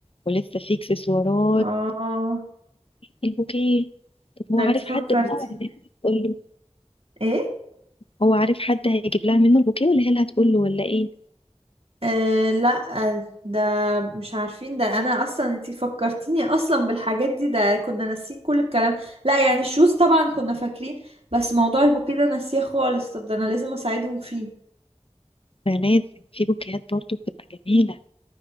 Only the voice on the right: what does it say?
اه
ده
انت فكرتي
ايه
أه لا ده مش عارفين ده انا اصلا انتي فكرتيني اصلا بالحاجات دي ده كنا ناسيين كل الكلام لا يعني الشوز طبعا كنا فاكرين بس موضوع البوكيه ده ناسيه خالص طب ده انا لازم اساعدهم فيه